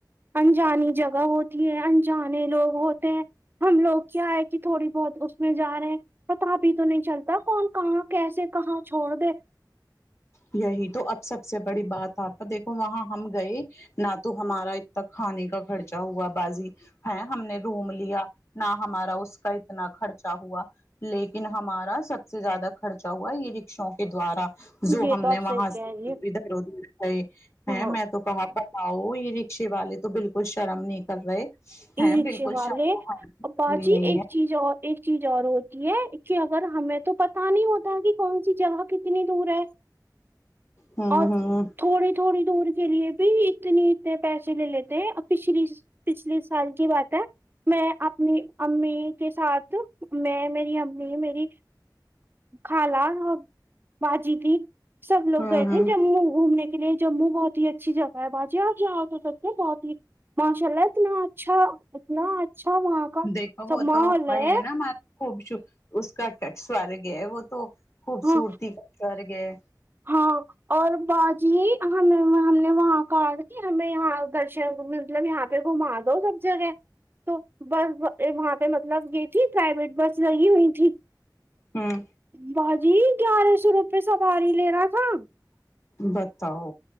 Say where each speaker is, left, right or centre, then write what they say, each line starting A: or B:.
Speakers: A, on the right (about 30°); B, on the left (about 40°).
A: انجانی جگہ ہوتی ہے انجانے لوگ ہوتے ہیں ہم لوگ کیا ہے کہ تھوڑی بہت اس میں جا رہے ہیں پتا بھی تو نہیں چلتا کون کہاں کیسے کہاں چھوڑ دے
B: وہی تو اب سب سے بڑی بات آپا دیکھو وہاں ہم گئے نہ تو ہمارا اتنا کھانے کا خرچہ ہوا باجی ہے ہم نے روم لیا نہ ہمارا اس کا اتنا خرچہ ہوا لیکن ہمارا سب سے زیادہ خرچہ ہوا یہ رکشوں کے دوارا جو
A: یہ
B: ہم
A: تو آپ
B: نے
A: صحیح
B: وہاں
A: کہہ
B: سے
A: رہی
B: <unintelligible> ادھراو د ھر
A: ہو
B: گئے
A: ہاں
B: میں تو تو کہا بتاؤ یہ رکشے والے تو بالکل شرم نہیں کر رہے
A: ای
B: ہیں
A: <unintelligible>
B: بالکل
A: والے
B: شرم
A: اپپا
B: نہیں
A: جی ایک
B: ہے
A: چیز اور ایک چیز اور ہوتی ہے کہ اگر ہمیں تو پتا نہیں ہوتا کہ کون سی جگہ کتنی دور ہے
B: ہوں
A: اور
B: ہوں
A: تھوڑی تھوڑی دور کے لیے بھی اتنے اتنے پیسے لے لیتے ہیں پچھلی پچھلیے سال کی بات ہے میں اپنی امی کے ساتھ میں میری امی میری خالہ باجی تھی سب لوگ
B: ہوں
A: گئے تھے
B: ہوں
A: ج گھومنے کے لیے جموں بہت ہی اچھی جگہ ہے باجی آپ یہاں ہو سکتے بہت ہی ماشاء اللہ اتنا اچھا اتنا اچھا وہاں کا
B: دیکھو
A: سب
B: وہ
A: ماحول
B: تو وہی
A: ہے
B: نا ہمارا خوب ش اس کا سرگ ہے وہ تو خوبصورتی
A: ہاں
B: کا سورگ ہے <unintelligible>
A: ہاں اور با جی ہی ہم ہم نے وہاں کال کہ ہمیں یہاں درشن مطلب یہاں آ گھما دو سب جگہ تو بس وہاں پہ مطلب گئی تھی پرائیویٹ بس لگی ہوئی تھی
B: ہاں
A: باجی گیارہ سو روپے سواری لے رہا تھا
B: بتاؤ